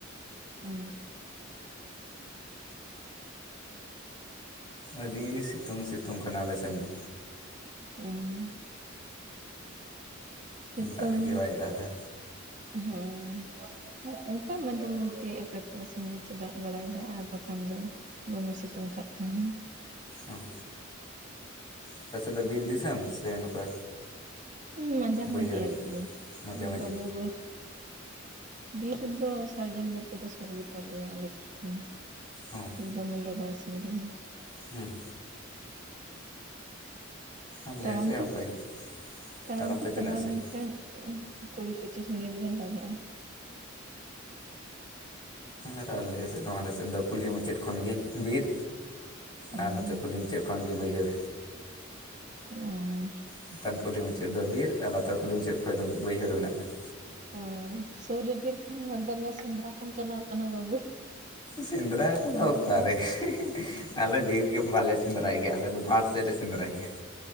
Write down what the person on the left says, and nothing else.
ᱟᱹᱰᱤ ᱥᱤᱛᱩᱝ ᱥᱤᱛᱩᱝ ᱠᱟᱱᱟ ᱟᱞᱮ ᱥᱮᱱ ᱫᱚ
ᱫᱟᱜ ᱜᱮ ᱵᱟᱭ ᱫᱟᱜ ᱮᱫᱟ
ᱦᱚᱸ ᱟᱯᱮ ᱥᱮᱫ ᱫᱚ ᱵᱤᱨ ᱫᱤᱥᱚᱢ ᱥᱮ ᱱᱚᱝᱠᱟ
ᱵᱟᱹᱭᱦᱟᱹᱲ
ᱜᱮ ᱢᱟᱡᱷᱟ ᱢᱟᱹᱡᱷᱤ
ᱚ
ᱦᱮᱸ ᱟᱞᱮ
ᱥᱮᱫ ᱚᱱᱠᱟ ᱜᱮ
ᱛᱟᱲᱟᱢ ᱛᱮ ᱛᱤᱱᱟᱹᱜ
ᱥᱟᱺᱜᱤᱧ
ᱟᱨ ᱟᱞᱮ ᱥᱮᱫ ᱫᱚ ᱟᱞᱮᱥᱮᱫ ᱫᱚ ᱠᱩᱞᱦᱤ ᱢᱩᱪᱟᱹᱫ ᱠᱷᱚᱱᱜᱮ ᱵᱤᱨ
ᱟᱨ ᱱᱚᱛᱮ ᱠᱩᱞᱦᱤ ᱢᱩᱪᱟ. ᱫ ᱠᱷᱚᱱ ᱜᱮ ᱵᱟᱹᱭᱦᱟᱹᱲ
ᱪᱮᱛᱟᱱ ᱠᱩᱞᱦᱤ ᱢᱩᱪᱟᱹᱫ ᱫᱚ ᱵᱤᱨ ᱟᱨ ᱞᱟᱛᱟᱨ ᱠᱩᱞᱦᱤ ᱢᱩᱪᱟᱹᱫ ᱠᱷᱚᱱ ᱫᱚ ᱵᱟᱹᱭᱦᱟᱹᱲ ᱢᱮᱱᱟᱜ ᱠᱟᱫᱟ
ᱥᱮᱸᱫᱽᱨᱟ ᱠᱚᱫᱚ
ᱚᱠᱟᱨᱮ
ᱟᱞᱮ ᱵᱤᱨ ᱜᱮ ᱵᱟᱞᱮ ᱥᱮᱸᱫᱽᱨᱟᱭ ᱜᱮᱭᱟ ᱟᱞᱮ ᱫᱚ ᱢᱟᱴ ᱥᱮᱫ ᱞᱮ ᱥᱮᱸᱫᱽᱨᱟᱭ ᱜᱮᱭᱟ